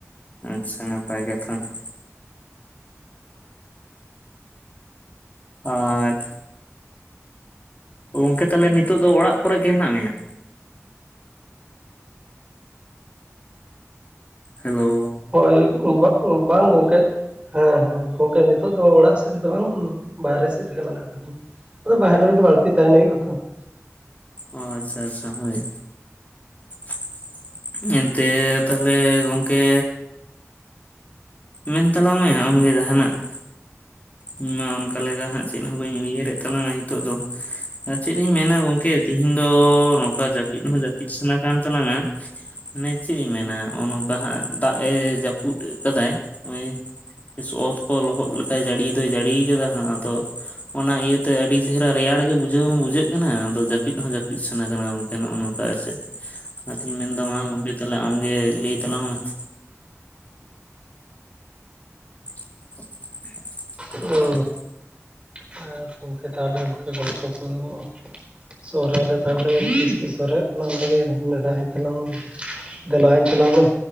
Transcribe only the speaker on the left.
ᱟᱪᱪᱷᱟ, ᱱᱟᱯᱟᱭ ᱠᱟᱛᱷᱟ ᱾ ᱟᱨ ᱜᱚᱝᱠᱮ ᱛᱟᱦᱚᱞᱮ ᱱᱤᱛᱚᱜ ᱫᱚ ᱚᱲᱟᱜ ᱠᱚᱨᱮ ᱜᱮ ᱦᱮᱱᱟᱜ ᱢᱮᱭᱟ? ᱦᱮᱞᱳ ᱾
ᱚ ᱟᱪᱪᱷᱟ ᱟᱪᱪᱷᱟ ᱦᱳᱭ ᱾ ᱮᱱᱛᱮ ᱛᱟᱦᱚᱞᱮ ᱜᱚᱝᱠᱮ, ᱢᱮᱱ ᱛᱟᱞᱟᱝ ᱢᱮ ᱟᱢ ᱜᱮ ᱡᱟᱦᱟᱸᱱᱟᱜ ᱾ ᱤᱧ ᱢᱟ ᱚᱱᱠᱟ ᱞᱮᱠᱟ ᱦᱟᱸᱜ ᱪᱮᱫ ᱦᱚᱸ ᱵᱟᱹᱧ ᱩᱭᱦᱟᱹᱨᱮᱫ ᱛᱟᱞᱟᱝᱟ ᱱᱤᱛᱚᱜ ᱫᱚ ᱟᱨ ᱪᱮᱫ ᱤᱧ ᱢᱮᱱᱟ ᱜᱚᱝᱠᱮ ᱾ ᱛᱤᱦᱤᱧ ᱫᱚ ᱱᱚᱝᱠᱟ ᱡᱟᱹᱯᱤᱫ ᱦᱚᱸ ᱡᱟᱹᱯᱤᱫ ᱥᱟᱱᱟ ᱠᱟᱱ ᱛᱟᱞᱟᱝᱼᱟ ᱾ ᱢᱟᱱᱮ ᱪᱮᱫ ᱤᱧ ᱢᱮᱱᱟ ᱱᱚᱜᱼᱚᱭ ᱱᱚᱝᱠᱟ ᱦᱟᱸᱜ ᱫᱟᱜ ᱮ ᱡᱟᱹᱯᱩᱫ ᱟᱠᱟᱫᱟᱭ ᱱᱚᱜᱼᱚᱭᱼᱼ ᱚᱛ ᱠᱚ ᱞᱚᱦᱚᱫ ᱞᱮᱠᱟᱭ ᱡᱟᱹᱲᱤ ᱫᱚᱭ ᱡᱟᱹᱲᱤ ᱠᱟᱫᱟ ᱦᱟᱸᱜ ᱟᱫᱚᱼᱼ ᱚᱱᱟ ᱤᱭᱟᱹᱛᱮ ᱟᱹᱰᱤ ᱪᱮᱦᱨᱟ ᱨᱮᱭᱟᱲ ᱜᱮ ᱵᱩᱡᱷᱟᱹᱣ ᱦᱚᱸ ᱵᱩᱡᱷᱟᱹᱜ ᱠᱟᱱᱟ, ᱟᱫᱚ ᱡᱟᱹᱯᱤᱫ ᱦᱚᱸ ᱡᱟᱹᱯᱤᱫ ᱥᱟᱱᱟ ᱠᱟᱱᱟ ᱜᱚᱝᱠᱮ ᱱᱚᱜᱼᱚᱭ ᱱᱚᱝᱠᱟ ᱟᱨ ᱪᱮᱫ ᱾ ᱚᱱᱟᱛᱤᱧ ᱢᱮᱱᱫᱟ ᱢᱟ ᱜᱚᱝᱠᱮ ᱛᱟᱦᱚᱞᱮ ᱟᱢ ᱜᱮ ᱞᱟᱹᱭ ᱛᱟᱞᱟᱝ ᱢᱮ ᱾ <inaudible>